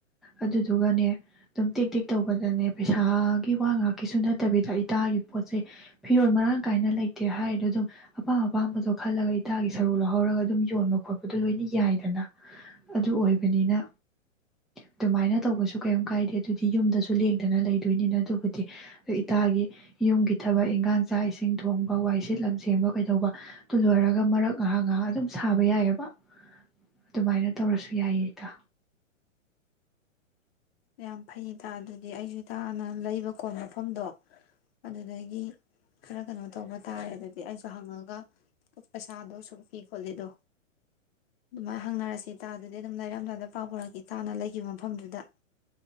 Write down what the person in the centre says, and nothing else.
ꯑꯗꯨꯗꯨꯒꯅꯦ ꯑꯗꯨꯝ ꯇꯦꯛ ꯇꯦꯛ ꯇꯧꯕꯗꯅꯦ ꯄꯩꯁꯥꯒꯤ ꯋꯥ ꯉꯥꯛꯀꯤꯁꯨ ꯅꯠꯇꯕꯤꯗ ꯏꯇꯥꯒꯤ ꯄꯣꯠ ꯆꯩꯩ ꯐꯤꯔꯣꯜ ꯃꯔꯥꯡ ꯀꯥꯏꯅ ꯂꯩꯇꯦ ꯍꯥꯏꯔꯤꯗꯣ ꯑꯗꯨꯝ ꯑꯄꯥꯝ ꯑꯄꯥꯝꯕꯗꯣ ꯈꯜꯂꯒ ꯏꯇꯥꯒꯤ ꯁꯔꯨꯛ ꯂꯧꯍꯧꯔꯒ ꯑꯗꯨꯝ ꯌꯣꯟꯕ ꯈꯣꯠꯄꯗꯣ ꯂꯣꯏꯅ ꯌꯥꯏꯗꯅ ꯑꯗꯨ ꯑꯣꯏꯕꯅꯤꯅ ꯑꯗꯨꯃꯥꯏꯅ ꯇꯧꯕꯁꯨ ꯀꯩꯝ ꯀꯥꯏꯗꯦ ꯑꯗꯨꯗꯤ ꯌꯨꯝꯗꯁꯨ ꯂꯦꯡꯗꯅ ꯂꯩꯗꯣꯏꯅꯤꯅ ꯑꯗꯨꯕꯨꯗꯤ ꯏꯇꯥꯒꯤ ꯌꯨꯝꯒꯤ ꯊꯕꯛ ꯏꯟꯈꯥꯡ ꯆꯥꯛ ꯏꯁꯤꯡ ꯊꯣꯡꯕ ꯋꯥꯏ ꯁꯦꯠꯂꯝ ꯁꯦꯡꯕ ꯀꯩꯗꯧꯕ ꯑꯗꯨ ꯂꯣꯏꯔꯒ ꯃꯔꯛ ꯉꯥꯏꯍꯥꯛ ꯉꯥꯏꯍꯥꯛ ꯑꯗꯨꯝ ꯁꯥꯕ ꯌꯥꯏꯑꯕ ꯑꯗꯨꯃꯥꯏꯅ ꯇꯧꯔꯁꯨ ꯌꯥꯏꯌꯦ ꯏꯇꯥ